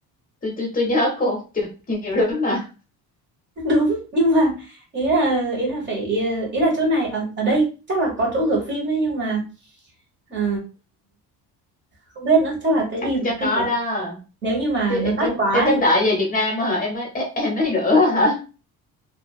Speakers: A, on the left; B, on the right.
A: tôi tôi tôi nhớ cô chụp nhiều lắm mà
B: đúng nhưng mà ý là ý là phải ờ, ý là chỗ này ở ở đây chắc là có chỗ rửa phim ấy nhưng mà ờ, không biết nữa chắc là sẽ đi
A: chắc
B: rửa
A: cho
B: phim
A: có
B: ở
A: đó
B: đây nếu như mà
A: chứ
B: nó
A: em
B: đắt
A: tính
B: quá
A: em tính
B: thì
A: đợi về Việt Nam á hả em mới em, em mới rửa hả